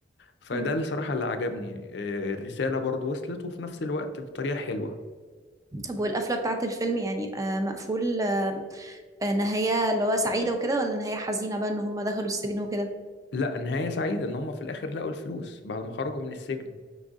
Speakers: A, on the left; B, on the right.
A: فده
B: مم.
A: اللي صراحة اللي عجبني آه، الرسالة برضو وصلت وفي نفس الوقت بطريقة حلوة
B: طب والقفله بتاعت الفيلم يعني آه مقفول آه آه، نهايه اللي هو سعيده وكده ولا نهايه حزينه بقى ان هم دخلوا السجن وكده
A: لا نهاية سعيدة ان هم في الآخر لقوا الفلوس بعد ما خرجوا من السجن